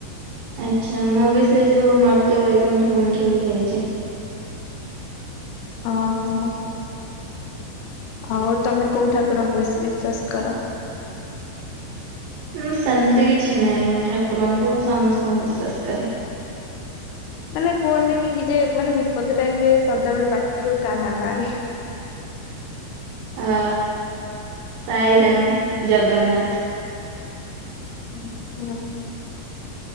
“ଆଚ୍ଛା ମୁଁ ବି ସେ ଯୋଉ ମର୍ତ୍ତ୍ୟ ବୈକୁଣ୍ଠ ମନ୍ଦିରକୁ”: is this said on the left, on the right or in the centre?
Right